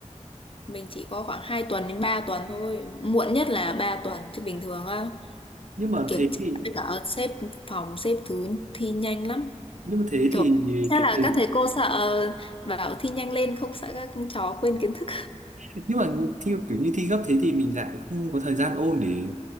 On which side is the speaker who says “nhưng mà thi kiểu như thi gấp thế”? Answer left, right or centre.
Right